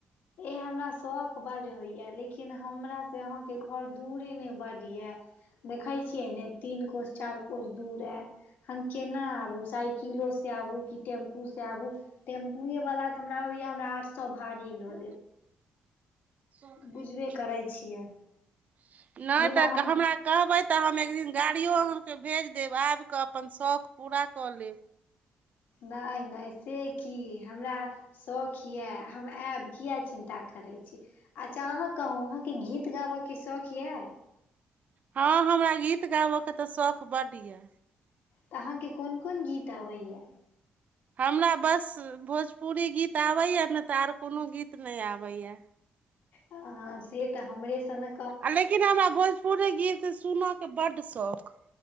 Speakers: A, on the left; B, on the right.
A: ए हमरा शौक बड्ड होइए लेकिन हमरासँ अहाँके घर दूरे नहि बड्ड यए देखैत छियै ने तीन कोश चारि कोश दूर अ हम केना आबू साइकिलोसँ आबू कि टेम्पूसँ आबू टेम्पूए वाला तऽ हमरा होइया हमरा आठ सए भारी ललेत
B: ै <inaudible>
A: बुझबे करै छियै
B: नहि
A: जेना
B: तऽ
A: हम
B: हमरा कहबै तऽ हम एक दिन गाड़ियो अहाँके भेज देब आबि कऽ अपन शौक पूरा कऽ लेब
A: नहि नहि से की हमरा शौख यऽ हम आएब किए चिन्ता करै छी अच्छा अहाँ कहू अहाँके गीत गाबऽके शौख यऽ
B: हँ हमरा गीत गाबय के तऽ शौख बड्ड ये
A: तऽ अहाँके कोन कोन गीत अबैया
B: हमरा बस भोजपुरी गीत आबैए नहि तऽ आर कोनो गीत नहि आबैए
A: आ से तऽ हमरे स ने
B: आ लेकिन हमरा भोजपुरी गीत सुनयके बड्ड शौक